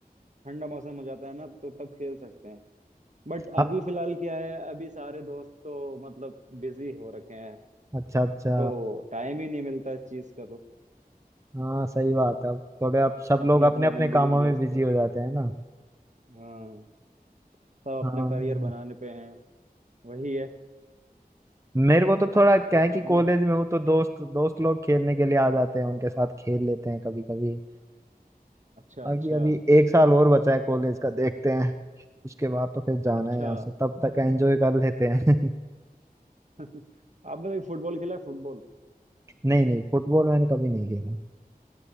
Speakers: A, on the right; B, on the right.
A: ठंडा मौसम हो जाता है ना तो तब खेल सकते हैं बट
B: तक।
A: अभी फिलहाल क्या है अभी सारे दोस्त तो मतलब बिजी हो रखे हैं
B: अच्छा अच्छा
A: तो टाइम ही नहीं मिलता इस चीज का तो
B: हाँ सही बात है अब थोड़े अब सब लोग
A: अपनी अपनी
B: अपने अपने
A: जिंदगी
B: कामों
A: में व्यस्त
B: में बिजी
A: है
B: हो जाते हैं ना
A: हाँ सब अपना
B: हाँ
A: करियर बनाने पे हैं वही है
B: मेरे को तो थोड़ा क्या है कि
A: है ना
B: कॉलेज में हूँ तो दोस्त दोस्त लोग खेलने के लिए आ जाते हैं उनके साथ खेल लेते हैं कभी कभी
A: अच्छा
B: अभी
A: अच्छा
B: अभी एक साल और बचा है कॉलेज का देखते हैं उसके बाद तो फिर जाना
A: अच्छा
B: है यहाँ
A: <laughs>
B: से तब तक एंजॉय कर लेते हैं <laughs>
A: आपने कभी फुटबॉल खेला है फुटबॉल
B: नहीं नहीं फुटबॉल मैंने कभी नहीं खेला